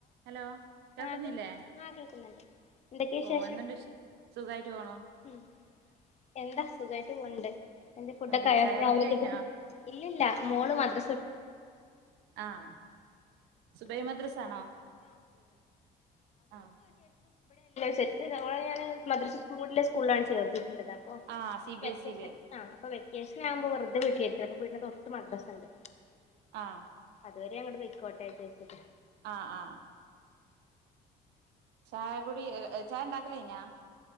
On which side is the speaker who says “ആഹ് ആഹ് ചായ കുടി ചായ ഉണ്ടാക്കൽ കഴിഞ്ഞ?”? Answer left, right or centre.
Right